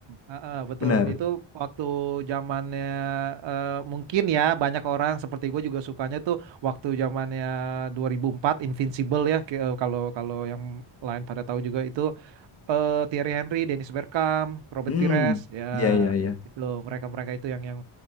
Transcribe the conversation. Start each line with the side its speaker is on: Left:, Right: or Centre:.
Right: heeh, betul.
Left: Benar.
Right: Itu waktu zamannya eh, mungkin ya banyak orang seperti gue juga sukanya tuh waktu zamannya 2004 Invincible ya. Ke- eh, Kalau kalau yang lain pada tahu juga itu eh Thierry Henry, Dennis Bergkamp, Robert
Left: Hmm,
Right: Pires, ya
Left: iya iya iya.
Right: itu mereka-mereka itu yang yang